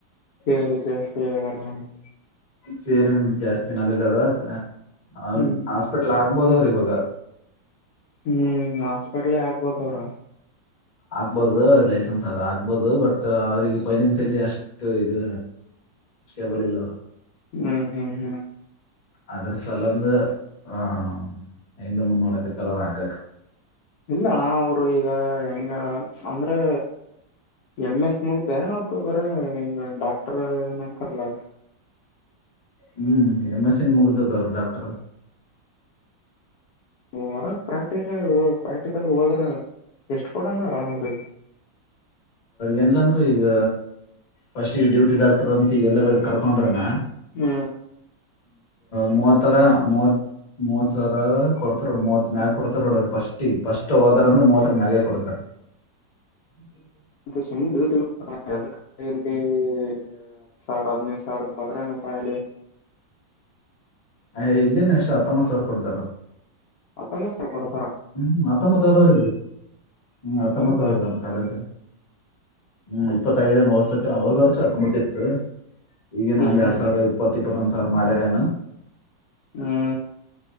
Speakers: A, on the left; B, on the left.
A: <unintelligible>
B: ಸೇರಿ ಜಾಸ್ತಿ ನಾಲೆಜ್ ಅದ <unintelligible>
A: ಹ್ಮ್
B: ಸ್ಟ್ ಆಗ್ಬೋದ್ ಅವ್ರ ಇವಾಗ
A: ಹ್ಮ್ ಹಾಸ್ಪಿಟ್ಲ್ ಆಗ್ಬೋದ ಅವ್ರ
B: ಆಗ್ಬಹದು ಅವ ಲೈಸೆನ್ಸ್ ಅದ ಆಗ್ಬಹದು ಬಟ್ ಅವ್ರಿಗೆ ಫೈನೆನ್ಸ್ ಅಲ್ಲಿ ಅಷ್ಟ್ ಇದು ಸ್ಟೇಬಲ್ ಇಲ್ಲ ಅವರು
A: ಹ್ಮ್ ಹ್ಮ್ ಹ್ಮ್
B: ಅದ್ರ ಸಲಂದು ಆಹ ಹಿಂದ ಮುನ್ನೋಡಕ್ಕೆ ತರ ಹಕಕ್
A: ಇಲ್ಲಣ್ಣ ಅವರು ಈಗ ಹೆಂಗ ಅಂದ್ರೆ ಎಂ ಎಸ್ ಮುಗ ಬೇನೋತ್ತು <unintelligible> ಡಾಕ್ಟರ್ ಏನ್ ಅಂತಾರಲ್ಲ
B: ಹ್ಮ್ ಎಮ್ಸ್ಸನ್ ಮುಗ್ದದ ಅವ್ರರು ಡಾಕ್ಟರ್
A: ಹೊರ ಪ್ರಾಕ್ಟಿಕಲ್ ಪ್ರಾಕ್ಟಿಕಲ್ ಹೋದ್ರ ಎಷ್ಟು ಕೊಡಂಗರ ಅವ್ರ
B: ಎಲಂದ್ರು ಈಗ ಫಸ್ಟ್ ಈಗ ಡ್ಯೂಟಿ ಡಾಕ್ಟರ್ ಅಂತ ಈಗ ಎಲ್ಲರ ಕರ್ಕೊಂಡ್ರನಾ
A: ಹ್ಮ
B: ಮೂವತ್ತರ ಮೂವತ್ ಮೂವತ್ ಸವ್ರ ಕೊಡ್ತಾರ ನೋಡ್ ಮೂವತ್ ಮ್ಯಾಗ ಕೊಡ್ತಾರ ನೋಡ ಅವ್ರೀ ಫಸ್ಟ ಫಸ್ಟ್ ಹೋದ್ರಂದ ಮೂವತ್ತರ ಮ್ಯಾಗೆ ಕೊಡ್ತಾರ ಹ <unintelligible>
A: ಸುಮ್ನೆ ಡ್ಯೂಟಿ <unintelligible> ಎಲ್ಲಿ ಹತ್ತು ಸಾವರ ಹದಿನೈದು ಸಾವಿಗೆ ಬರ್ರ ರೂಪಾಯಲಿ
B: ಅಯ ಇಲ್ಲಿನ ಎಷ್ಟ್ ಹತ್ತೊಂಬತ್ ಸಾವಿರ ಕೊಡ್ತಾರ
A: ಹತೋಬತ್ತು ಸಾವ್ರ ಕೋಡ್
B: ಹ್ಮ್ ಹತ್ತೊಬತ್ ಆದ ಹ್ಮ ಹತ್ತೊಬತ್
A: ಹ್ಮ್
B: ಆದ ನಮ್ ಕಾಲೇಜಲ್ಲಿ ಹ್ಮ್ ಇಪ್ಪತ್ತಗಿದೆ ಹೊವಸತಿ ಹೋದ ವರ್ಷ ಹತ್ತೊಂಬತ್ ಇತ್ತು ಈಗಿನ್
A: ಹ್ಮ್
B: ಒಂದ್ ಎರಡ್ ಸಾವಿರ ಇತ್ತು ಇಪತ್ತ್ ಇಪ್ಪತ್ತೊಂದ್ ಸಾವರ್ ಮಾಡಾರೆನೊ
A: ಹ್ಮ್